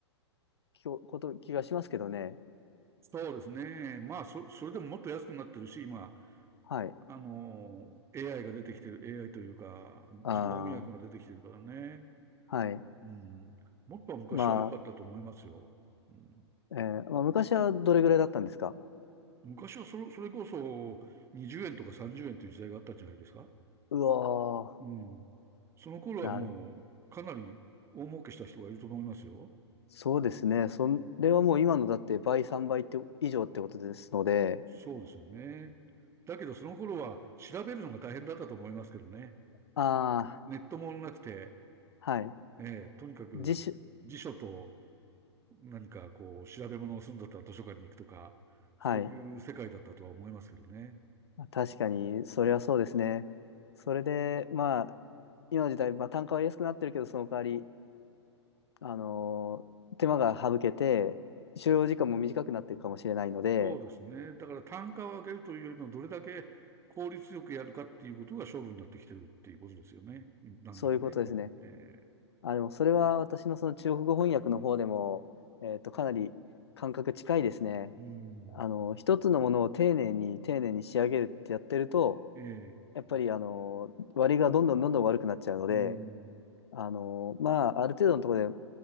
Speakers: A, on the left (about 65°); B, on the right (about 20°).
A: きょこと、気がしますけどね。
B: そうですね。まあ、そ、それでももっと安くなってるし、今、
A: はい。
B: あの、AI が出てきてる、AI というか、
A: あ
B: 自動翻訳が出てきてるからね。
A: あ、はい。
B: うん。もっとは昔は良かったと思いますよ。
A: まあ、
B: うん。
A: えーまあ、昔はどれぐらいだったんですか
B: 昔はそれ、それこそ20円とか30円という時代があったんじゃないですか。
A: うわ
B: うん。その頃はもうかなり大儲けした人がいると思いますよ。
A: ー、なる。そうですね。それはもう今のだって倍、3倍って以上ってことですので、
B: そうですよね。だけどその頃は調べるのが大変だったと思いますけどね。
A: ああ、
B: ネットもなくて、
A: はい。
B: ええとにかく辞書と
A: 自主、
B: 何かこう、調べ物をするんだったら図書館に行くとか、
A: はい。
B: そういう世界だったとは思いますけどね。
A: 確かに、それはそうですね。それで、まあ、今の時代、まあ、単価は安くなってるけど、その代わり、あのー手間が省けて、所要時間も短くなってるかもしれないので、
B: そうですね。だから単価を上げるというよりも、どれだけ効率よくやるかっていうことが勝負になってきてるっていうことですよね。だんだんね、
A: そういうことですね。
B: もう。え
A: あ、でもそれは私のその中国語翻訳の方でも、えっと、かなり感覚近いですね。
B: ー、うーん、
A: あの、一つのものを丁寧に丁寧に仕上げるってやってると、
B: えー、
A: やっぱりあの、割りがどんどんどんどん悪くなっちゃうので、
B: うーん、
A: あの、まあ、ある程度のところで